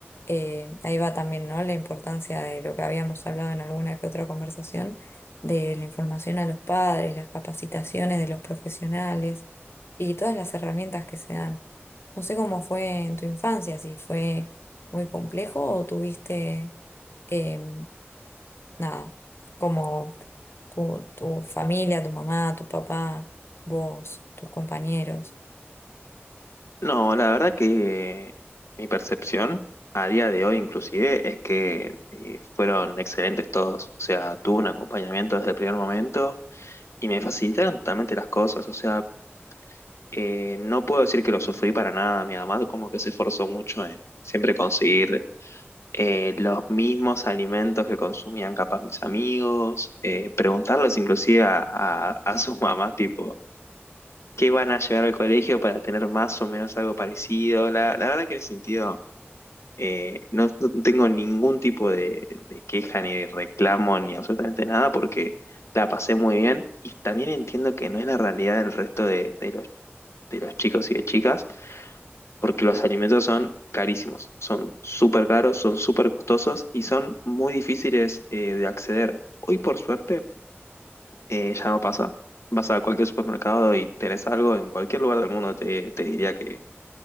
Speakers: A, on the left (about 65°); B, on the left (about 90°).
A: eh, ahí va también, ¿no? La importancia de lo que habíamos hablado en alguna que otra conversación, de la información a los padres, las capacitaciones de los profesionales y todas las herramientas que se dan. No sé cómo fue en tu infancia, si fue muy complejo o tuviste, eh, nada, como tu, tu familia, tu mamá, tu papá, vos, tus compañeros.
B: No, la verdad que mi percepción a día de hoy inclusive es que eh, fueron excelentes todos. O sea, tuve un acompañamiento desde el primer momento y me facilitaron totalmente las cosas. O sea, eh, no puedo decir que lo sufrí para nada. Mi mamá como que se esforzó mucho en siempre conseguir eh, los mismos alimentos que consumían capaz mis amigos, eh, preguntarles inclusive a, a, a sus <laughs> mamás, tipo, ¿qué van a llevar al colegio para tener más o menos algo parecido? La, la verdad que en ese sentido eh, no, no tengo ningún tipo de, de queja ni de reclamo ni absolutamente nada porque la pasé muy bien y también entiendo que no es la realidad del resto de, de los, de los chicos y de chicas porque los alimentos son carísimos, son súper caros, son súper costosos y son muy difíciles eh, de acceder. Hoy por suerte eh, ya no pasa. Vas a cualquier supermercado y tenés algo, en cualquier lugar del mundo te, te diría que,